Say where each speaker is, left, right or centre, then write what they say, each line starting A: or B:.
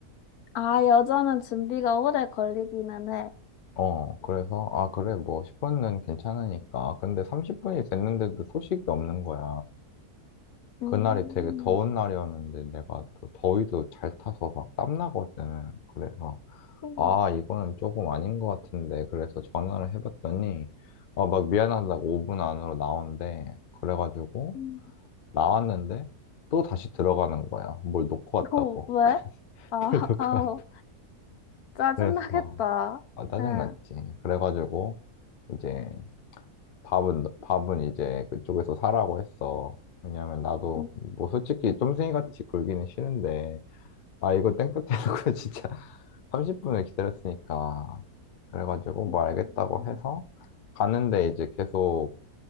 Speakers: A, on the left; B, on the left.
A: 아, 여자는 준비가 오래 걸리기는 해.
B: 어, 그래서, 아, 그래, 뭐, 10분은 괜찮으니까. 근데 30분이 됐는데도 소식이 없는 거야.
A: 음,
B: 그날이 되게 더운 날이었는데 내가 또 더위도 잘 타서 막 땀나거든. 그래서,
A: 음,
B: 아, 이거는 조금 아닌 것 같은데. 그래서 전화를 해봤더니, 아, 막 미안하다고 5분 안으로 나온대. 그래가지고,
A: 음,
B: 나왔는데, 또 다시 들어가는 거야. 뭘 놓고 왔다고.
A: 어, 왜?
B: <laughs>
A: 아,
B: 뭘 놓고
A: 아우,
B: 왔
A: 짜증나겠다.
B: 그래서, 아, 짜증났지.
A: 응.
B: 그래가지고, 이제, 밥은, 밥은 이제 그쪽에서 사라고 했어. 왜냐면 나도,
A: 음,
B: 뭐 솔직히 쫌생이같이 굴기는 싫은데, 아, 이거 땡볕 해놓고 <laughs> 진짜 30분을 기다렸으니까. 그래가지고 뭐
A: 음,
B: 알겠다고 해서 갔는데 이제 계속